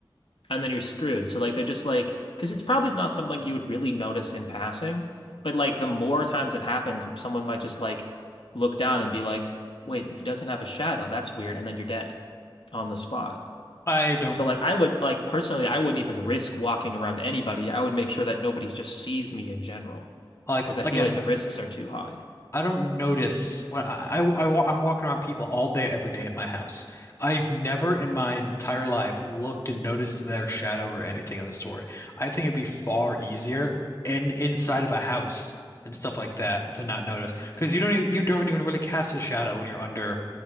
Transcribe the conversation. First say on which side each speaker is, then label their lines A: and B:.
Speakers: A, on the left; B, on the left.
A: and then you're screwed. So, like, they're just like, because it's probably not something you would really notice in passing, but like, the more times it happens, someone might just like look down and be like, wait, he doesn't have a shadow. That's weird. And then you're dead on the spot.
B: I don't
A: So, like, I would, like, personally, I wouldn't even risk walking around anybody. I would make sure that nobody just sees me in general,
B: like
A: because I
B: again.
A: feel like the risks are too high.
B: I don't notice when I, I, I wa- I'm walking around people all day, every day at my house. I've never in my entire life looked and noticed their shadow or anything of the sort. I think it'd be far easier in inside of a house and stuff like that to not notice because you don't even, you don't even really cast a shadow when you're under